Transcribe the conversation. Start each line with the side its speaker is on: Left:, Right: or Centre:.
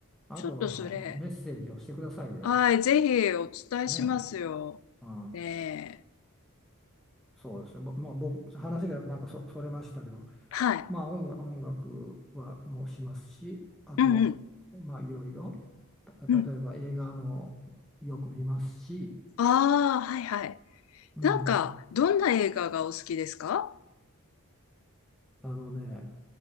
Centre: あと、
Left: ちょっとそれ、
Centre: あの、メッセージをしてくださいよ。
Left: はい、ぜひお伝えしますよ。
Centre: ね。うん、
Left: ね
Centre: そうですね。ぼまあ、僕、話がなんかそ、それましたけど、
Left: え。はい。
Centre: まあ音楽、音楽はもうしますし、あと、
Left: うんうん。
Centre: まあいろいろ、た例えば映画もよく見ますし、
Left: うん。ああ、はいはい。
Centre: うん、
Left: なんか、どんな映画がお好きですか
Centre: あのね、